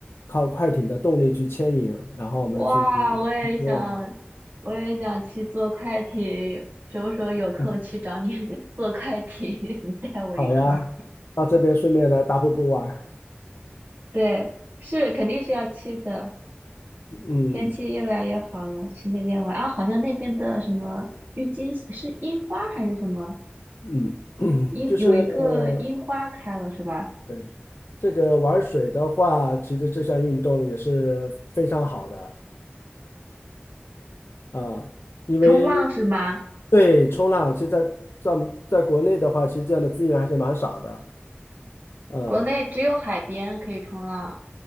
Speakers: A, on the left (about 75°); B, on the right (about 55°).
A: 靠快艇的动力去牵引，然后我们去去冲浪。
B: 哇，我也想，我也想去坐快艇，什么时候有空去找你
A: <laughs>
B: <laughs> 坐快艇，<laughs> 你带我一块儿。
A: 好呀，到这边顺便来大瀑布玩儿
B: 对，是肯定是要去的。
A: 嗯。
B: 天气越来越好了，去那边玩啊！好像那边的什么郁金是樱花还是什么？
A: 嗯，<clears throat>
B: 樱有一个樱花开了是吧？
A: 就是呃对这个玩水的话，其实这项运动也是非常好的啊，因为
B: 冲浪是吗？
A: 对冲浪，其实在在我们在国内的话，其实这样的资源还是蛮少的。嗯，
B: 国内只有海边可以冲浪。